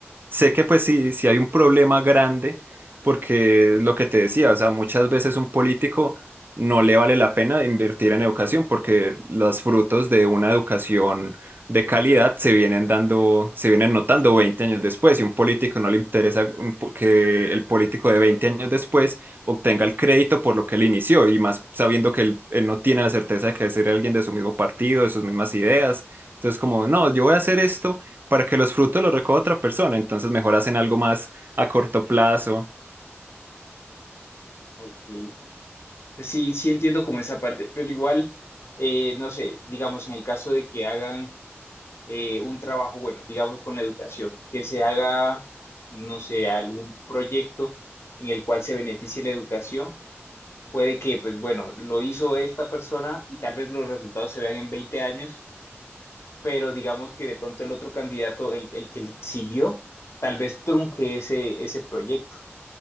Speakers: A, on the right (about 50°); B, on the left (about 70°).
A: sé que pues sí, sí hay un problema grande, porque lo que te decía, o sea, muchas veces un político no le vale la pena invertir en educación, porque los frutos de una educación de calidad se vienen dando, se vienen notando 20 años después, y un político no le interesa un po- que el político de 20 años después obtenga el crédito por lo que él inició y más sabiendo que él, él no tiene la certeza de que ser alguien de su mismo partido, de sus mismas ideas. Entonces, como, no, yo voy a hacer esto para que los frutos los recoja otra persona, entonces mejor hacen algo más a corto plazo.
B: ok, pues sí, sí entiendo como esa parte, pero igual, eh, no sé, digamos, en el caso de que hagan eh, un trabajo, bueno, digamos con la educación, que se haga, no sé, algún proyecto en el cual se beneficie la educación. Puede que, pues bueno, lo hizo esta persona y tal vez los resultados se vean en 20 años, pero digamos que de pronto el otro candidato, el, el que siguió, tal vez trunque ese, ese proyecto.